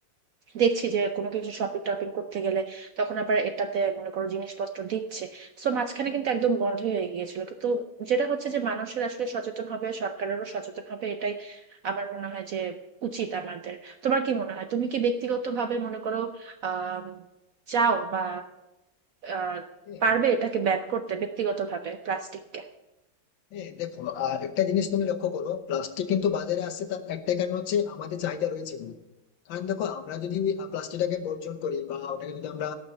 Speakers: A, on the right; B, on the left.
A: দেখছি যে কোনো কিছু শপিং টপিং করতে গেলে তখন আবার এটাতে মনে করো জিনিসপত্র দিচ্ছে তো মাঝখানে কিন্তু একদম বন্ধ হয়ে গিয়েছিল কিন্তু যেটা হচ্ছে যে মানুষের আসলে সচেতন হবে সরকারেরও সচেতন হবে এটাই আমার মনে হয় যে উচিত আমাদের তোমার কি মনে হয় তুমি কি ব্যক্তিগতভাবে মনে করো আহ চাও বা আহ
B: হ্যাঁ,
A: পারবে এটাকে ব্যান করতে ব্যক্তিগতভাবে প্লাস্টিককে
B: হ্যাঁ দেখো আহ, একটা জিনিস তুমি লক্ষ্য করো প্লাস্টিক কিন্তু বাজারে আসছে তার একটাই কারণ হচ্ছে আমাদের চাহিদা রয়েছে বলে। কারণ দেখো আমরা যদি প্লাস্টিকটাকে বর্জন করি বা ওটাকে যদি আমরা